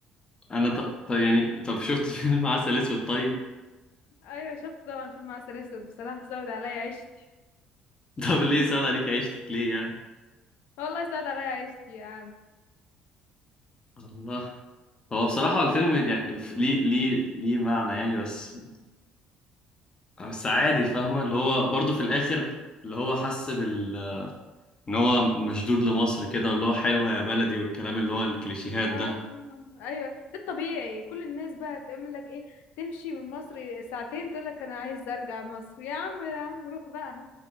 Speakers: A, on the left (about 30°); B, on the left (about 75°).
A: انا ط... طب يعني طب شفت فيلم عسل اسود طيب
B: ايوه شفت طبعا فيلم عسل اسود بصراحه سود عليا عيشتي
A: <laughs> طب ليه سود عليك عيشتك ليه يعني
B: والله سود عليا عيشتي يا عم
A: الله هو بصراحة
B: الله
A: الفيلم يعني ف- ليه ليه ليه معنى يعني بس بس عادي فاهمة اللي هو برضه في الآخر اللي هو حس بال إن هو مشدود لمصر كده واللي هو حلوة يا بلدي والكلام اللي هو الكليشيهات
B: آه.
A: ده
B: ايوه ده الطبيعي كل الناس بقى تعمل لك ايه تمشي من مصر ساعتين تقول لك انا عايز ارجع مصر يا عم يا عم روح بقى